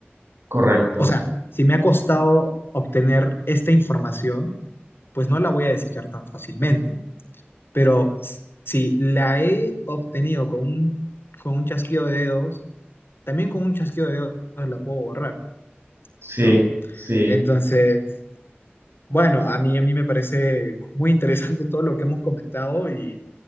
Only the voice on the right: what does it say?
correcto.
Sí,
sí.